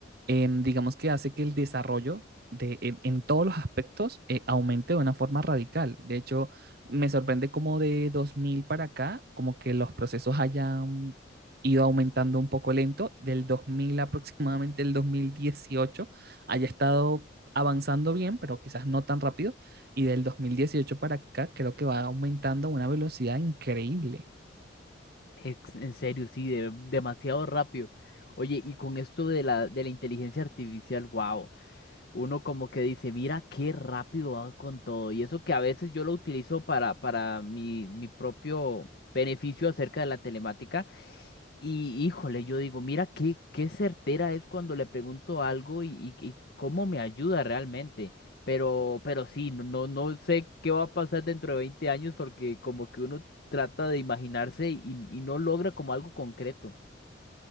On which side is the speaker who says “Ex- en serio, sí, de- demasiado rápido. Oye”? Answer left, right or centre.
Left